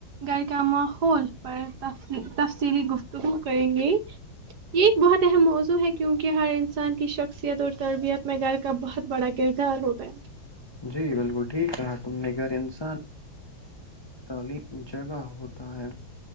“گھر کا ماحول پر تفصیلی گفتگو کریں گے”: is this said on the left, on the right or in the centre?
Right